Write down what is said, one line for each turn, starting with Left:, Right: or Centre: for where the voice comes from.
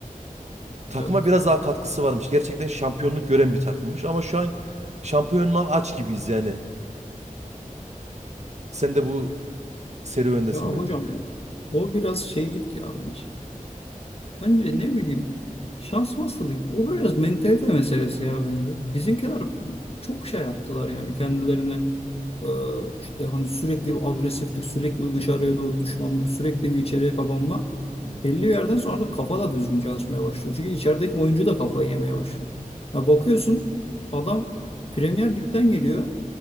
Right: takıma
Left: Evet.
Right: biraz daha katkısı varmış. Gerçekten şampiyonluk gören bir takımmış ama şu an şampiyonluğa aç gibiyiz yani. Sen de bu serüvendesin
Left: Ya hocam
Right: bence.
Left: o biraz şeylik ya bence. Bence ne bileyim şans masası değil. O biraz mentalite meselesi ya bence. Bizimkiler
Right: Hı,
Left: çok şey yaptılar yani kendilerine e, işte hani sürekli bir agresiflik, sürekli bir dışarıya doğru düşmanlık, sürekli bir içeriye kapanma.
Right: hı.
Left: Belli bir yerden sonra da kafa da düzgün çalışmaya başlıyor. Çünkü içerideki oyuncu da kafayı yemeye başlıyor. Ya bakıyorsun adam Premier Lig'den geliyor.